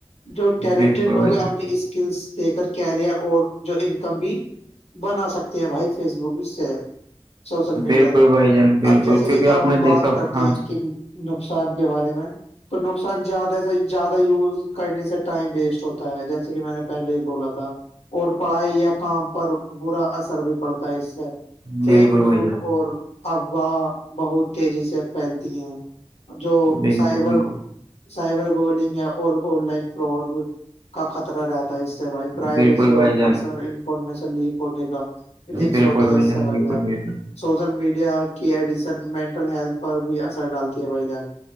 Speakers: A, on the left (about 85°); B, on the right (about 40°).
A: جو ٹیلنٹیڈ
B: بالکل
A: لوگ
B: بھائی
A: ہیں
B: جان
A: اپنی اس اسکلس دے کر کیریئر اور جو انکم بھی بنا سکتے ہیں بھائی فیس بک اس سے سوشل
B: بالکل
A: میڈیا کا
B: بھائی جان بالکل
A: اب جیسے
B: کیونکہ
A: کہ
B: آپ
A: اب
B: نے
A: ہم بات
B: دیکھا ہو-
A: کرتے
B: ہاں
A: ہیں ان
B: جی
A: کی نقصان کے بارے میں تو نقصان زیادہ سے زیادہ یوز کرنے سے ٹائم ویسٹ ہوتا ہے جیسے کہ میں نے پہلے ہی بولا تھا اور پڑھائی یا کام پر برا اثر بھی پڑتا ہے اس سے فیک
B: بالکل
A: نیوز
B: بھائی جان
A: اور افواہ بہت تیزی سے پھیلتی ہیں جو
B: بالکل
A: سائبر
B: بالکل
A: سائبر گولنگ ہے اور آن لائن فراڈ کا خطرہ رہتا اس سے بھائی پرائیویسی
B: بالکل بھائی
A: اور
B: جان
A: پرسنل انفارمیشن لیک ہونے کا پھرکسو
B: بالکل
A: ہوتا ہے اس
B: جان
A: سے
B: بالکل
A: بھائی یار
B: بالکل
A: سوشل میڈیا کی ایڈیشن مینٹل ہیلتھ پر بھی اثر ڈالتی ہے بھائی جان